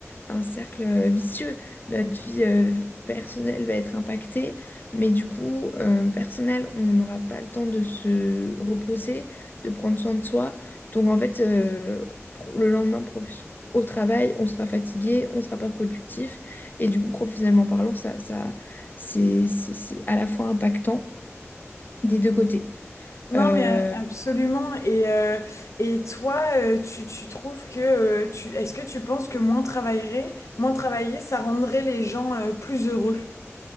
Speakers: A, on the left; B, on the left.
A: un cercle euh, vicieux. Notre vie euh, personnelle va être impactée, mais du coup, euh, personnel, on n'aura pas le temps de se reposer, de prendre soin de soi. Donc en fait, euh, pro- le lendemain, prof- au travail, on sera fatigué, on ne sera pas productif. Et du coup, professionnellement parlant, ça, ça, c'est, c'est, c'est à la fois impactant des deux côtés.
B: Non,
A: Euh,
B: mais euh, absolument. Et, euh, et toi, euh, tu, tu trouves que euh, tu est-ce que tu penses que moins travailler, moins travailler, ça rendrait les gens euh, plus heureux?